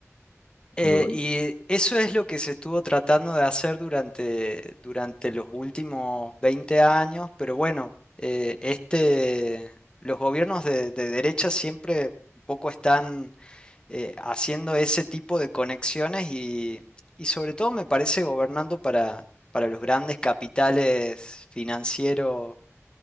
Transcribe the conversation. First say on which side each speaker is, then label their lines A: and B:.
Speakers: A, on the left; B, on the left.
A: Si
B: Eh,
A: lo hay.
B: y eso es lo que se estuvo tratando de hacer durante, durante los últimos 20 años, pero bueno, eh, este, los gobiernos de, de derecha siempre un poco están eh, haciendo ese tipo de conexiones y, y sobre todo me parece gobernando para, para los grandes capitales financieros